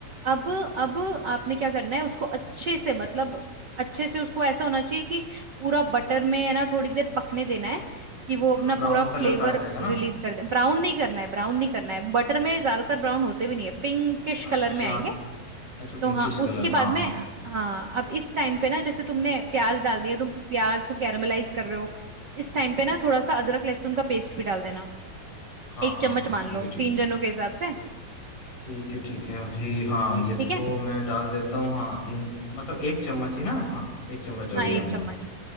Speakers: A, on the right; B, on the left.
A: अब अब आपने क्या करना है उसको अच्छे से मतलब अच्छे से उसको ऐसा होना चाहिए कि पूरा बटर में है ना थोड़ी देर पकने देना है कि वो
B: मतलब
A: अपना
B: ब्राउन
A: पूरा
B: कलर
A: फ्लेवर
B: का आ जाएगा ना
A: रिलीज कर दे ब्राउन नहीं करना है ब्राउन नहीं करना है बटर में ज्यादातर ब्राउन होते भी नहीं है पिंकिश
B: अच्छा
A: कलर में आएंगे
B: अच्छा
A: तो
B: पिंकिश
A: हाँ
B: कलर
A: उसके बाद
B: हाँ
A: में
B: हाँ
A: हाँ अब इस टाइम पे ना जैसे तुमने प्याज डाल दिए तुम प्याज को कैरामलाइज कर रहे हो इस टाइम पे ना थोड़ा सा अदरक लहसुन का पेस्ट भी डाल देना
B: हाँ
A: एक
B: हाँ
A: चम्मच
B: हाँ
A: मान
B: ठीक
A: लो
B: है ठीक
A: तीन
B: है
A: जनों के हिसाब से
B: ठीक ठीक है ठीक है अभी हाँ ये इसको
A: ठीक है
B: मैं डाल देता हूँ हाँ तीन मतलब एक चम्मच ही ना हाँ एक चम्मच डाल
A: हाँ
B: दिया
A: एक
B: मैंने
A: चम्मच